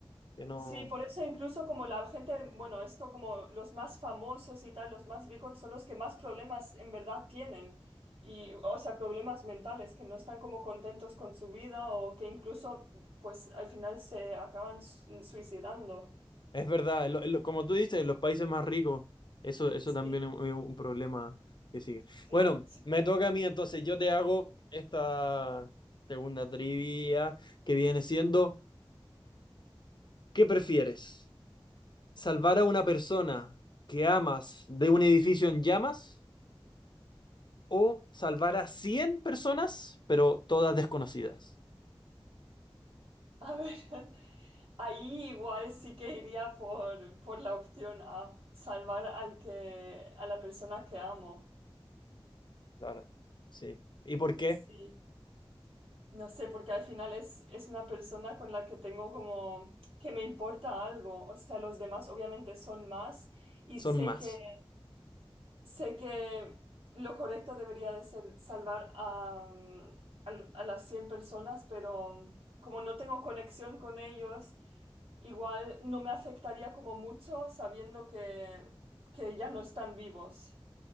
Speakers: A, on the left; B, on the right.
A: Que no.
B: Sí, por eso incluso como la gente, bueno, esto como los más famosos y tal, los más ricos son los que más problemas en verdad tienen. Y, o sea, problemas mentales, que no están como contentos con su vida o que incluso, pues, al final se acaban su- suicidando.
A: Es verdad, lo- lo- como tú dices, los países más ricos, eso, eso también
B: Sí,
A: es un, es un problema que sigue.
B: sí,
A: Bueno,
B: sí.
A: me toca
B: sí.
A: a mí entonces, yo te hago esta segunda trivia que viene siendo, ¿qué prefieres? ¿Salvar a una persona que amas de un edificio en llamas o salvar a 100 personas, pero todas desconocidas?
B: A ver, <laughs> ahí igual sí que iría por, por la opción A, salvar al que, a la persona que amo.
A: Claro. Sí. ¿Y por qué?
B: Sí. No sé, porque al final es, es una persona con la que tengo como que me importa algo. O sea, los demás obviamente son más y
A: Son
B: sé
A: más.
B: que, sé que lo correcto debería de ser salvar a, mm, al- a las 100 personas, pero como no tengo conexión con ellos, igual no me afectaría como mucho sabiendo que, que ya no están vivos.